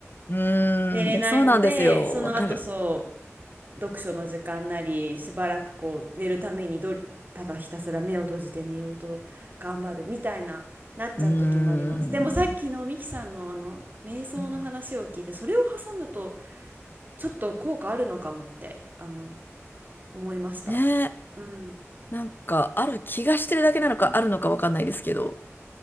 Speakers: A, on the left; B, on the right.
A: う
B: 寝れないので、
A: ーん、いやそうなんですよ。
B: その後そ
A: わかる。
B: う、読書の時間なり、しばらくこう寝るためにど、ただひたすら目を閉じて寝ようと頑張るみたいな、なっちゃう時もあります。
A: うーん。
B: でもさっきのミキさんのあの瞑想の話を聞いて、
A: うん
B: それを挟むとちょっと効果あるのかもって、あの思いました。
A: ねえ。
B: うん、
A: なんか、ある気がしてるだけなのか、
B: うんうん
A: あるのかわかんないですけど、